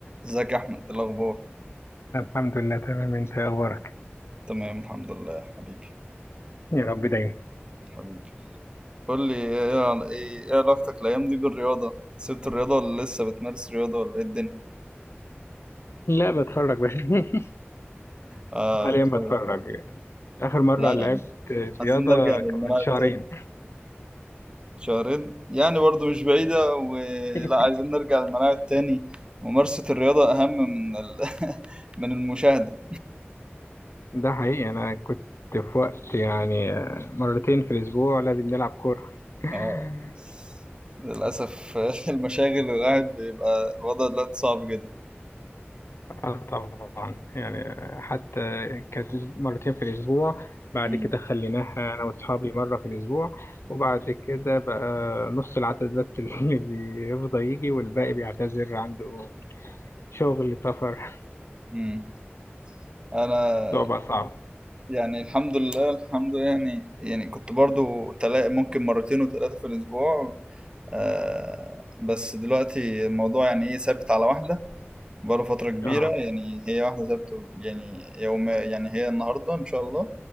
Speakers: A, on the right; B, on the left.
A: ازيك يا احمد إيه الاخبار
B: الحمد لله تمام انت ايه اخبارك
A: تمام الحمد لله حبيبي
B: يا رب دايما
A: حبيبي قول لي ايه عل- ايه إيه علاقتك الايام دي بالرياضه سبت الرياضه ولا لسه بتمارس رياضه ولا ايه الدنيا
B: لا بتفرج بس <laughs>
A: اه
B: حاليا بتفرج
A: شهر.
B: اخر مره
A: لا
B: لعبت
A: يا عم عايزين
B: رياضه
A: نرجع للملاعب
B: كان من شهرين
A: تاني شهرين يعني برضو مش بعيده ولا
B: <laughs>
A: عايزين نرجع للملاعب تاني ممارسه الرياضه اهم من ال... <laughs> من المشاهده
B: ده حقيقي انا كنت في وقت يعني مرتين في الاسبوع لازم نلعب كوره <laughs>
A: اه للاسف <laughs> المشاغل والقعد بيبقى الوضع دلوقتي صعب جدا
B: اه طبعا يعني حتى كانت مرتين في الأسبوع بعد
A: مم.
B: كده خليناها أنا وأصحابي مرة في الأسبوع وبعد كده بقى نص العدد بس اللي <laughs> بيفضى يجي والباقي بيعتذر عنده شغل سفر
A: مم. انا
B: صعبة صعبة
A: يعني الحمد لله الحمد لله يعني يعني كنت برضو تلا ممكن مرتين وثلاثة في الأسبوع آه بس دلوقتي الموضوع يعني إيه ثابت على واحدة بقاله فترة كبيرة
B: اه
A: يعني هي واحدة ثابتة يعني يوم يعني هي النهاردة إن شاء الله